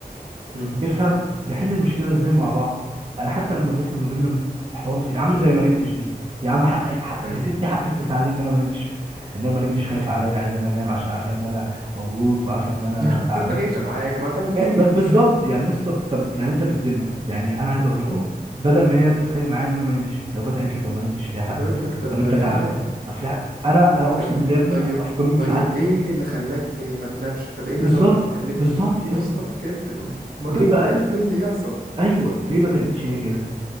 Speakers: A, on the right (about 70°); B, on the right (about 35°).
A: مم.
B: تفهم نحل المشكله ازاي مع بعض انا حتى لما بيحصل ما بيننا حوار زي- يا عم زي ما نمتش دي يا عم حق, حق
A: ايوه
B: يا ستي حقك تزعلي ان انا ما نمتش ان انا ما نمتش خايفه عليا عايزاني انام عشان عارفه ان انا مضغوط وعارفه ان انا
A: يا عم <laughs> ما
B: تعبان
A: تتخانقش معاك ما تهديك
B: لا، بس بالظبط يعني يا اسطى طب يعني انت بالذمه يعني انا عايز اقول لك
A: مم.
B: اهو بدل ما هي تتخانق معايا ان انا ما نمتش لو جت قالت لي طب ما نمتش ليه يا حبيبي
A: أنا قلت لك طب
B: طب انت
A: اه
B: تعبان طب في حاجة- انا انا اقسم
A: طب
B: بالله يا ابني
A: طيب
B: هبقى في قمه
A: طيب
B: سعادتي
A: ايه اللي خلاك ما تنامش طب ايه اللي
B: بالظبط
A: ضغطك كلمني
B: بالظبط يا
A: يا
B: اسطى
A: اسطى بجد ما
B: ليه
A: ده
B: بقى
A: ما ده الف بيه اللي يحصل
B: ايوه ليه ما تعملش هي كده